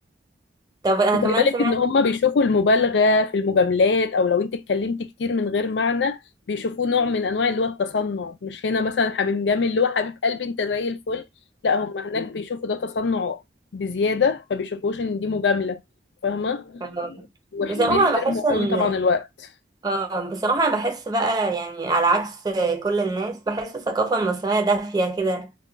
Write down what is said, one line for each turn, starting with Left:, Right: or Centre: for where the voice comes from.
Right: طب انا
Left: وخدي
Right: كمان
Left: بالك
Right: سمعت
Left: ان هم بيشوفوا المبالغه في المجاملات او لو انت اتكلمتي كتير من غير معنى بيشوفوه نوع من انواع اللي هو التصنع مش هنا مثلا حبيب جامد اللي هو حبيب قلبي انت زي الفل لا هم هناك بيشوفوا ده تصنع بزياده ما بيشوفوش ان دي مجامله فاهمه
Right: آه،
Left: وبيحترموا
Right: بصراحة أنا بحس إن
Left: قوي طبعا الوقت
Right: آه، بصراحة أنا بحس بقى يعني على عكس كل الناس بحس الثقافة المصرية دافية كده